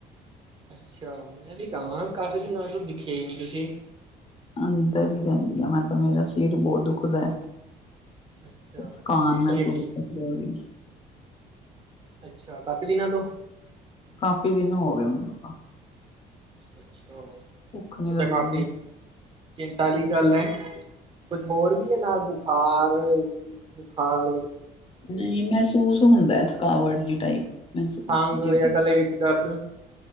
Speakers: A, on the right; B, on the left.
A: ਅੱਛਾ ਮੈਂ ਵੀ ਕਵਾਂ ਕਾਫੀ ਦਿਨਾਂ ਦਿਖਿਆ ਹੀ ਨੀ ਤੁਸੀਂ।
B: ਅੰਦਰ ਹੀ ਰਹਿੰਦੀ ਆ ਮੈਂ ਤਾਂ ਮੇਰਾ ਸਿਰ ਬਹੁਤ ਦੁਖਦਾ ਹੈ।
A: ਅੱਛਾ
B: ਤੇ ਥਕਾਨ
A: ਸਿਹਤ
B: ਮਹਿਸੂਸ
A: ਨੀ ਠੀਕ
B: ਕਮਮੋਰੀ‌।
A: ਅੱਛਾ ਕਾਫੀ ਦਿਨਾਂ ਤੋਂ?
B: ਕਾਫੀ ਦਿਨ ਹੋ ਗਏ ਮੈਨੂੰ ਤਾਂ।
A: ਅੱਛਾ
B: ਭੁੱਖ ਨੀ
A: ਇਹ
B: ਲੱਗਦੀ।
A: ਤਾਂ ਕਾਫ਼ੀ ਚਿੰਤਾੀ ਗੱਲ ਹੈ। ਕੁਛ ਹੋਰ ਵੀ ਹੈ ਨਾਲ ਬੁਖਾਰ ਬੁਖਾਰ‍
B: ਨਹੀਂ ਮਹਿਸੂਸ ਹੁੰਦਾ ਥਕਾਵਟ ਜਾ ਟਾਈਪ ਮਹਿਸੂਸ
A: ਖੰਗ
B: ਜਿਵੇਂ
A: ਜਾਂ ਗਲੇ ਵਿੱਚ ਦਰਦ?